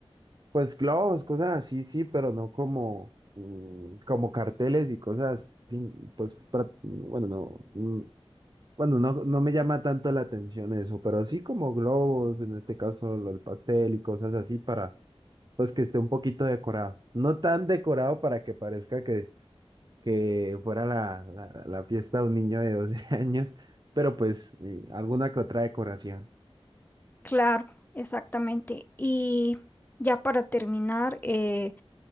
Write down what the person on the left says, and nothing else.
Claro, exactamente. Y ya para terminar, eh,